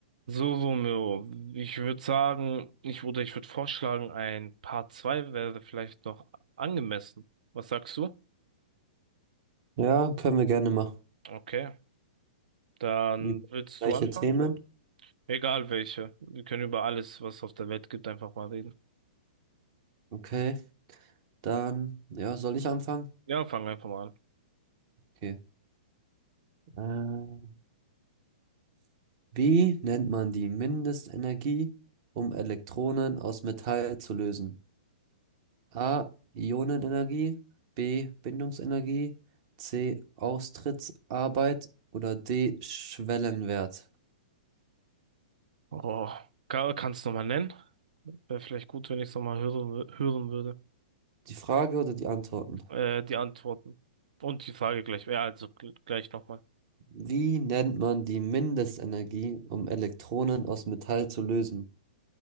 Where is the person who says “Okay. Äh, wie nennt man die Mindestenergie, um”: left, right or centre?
Right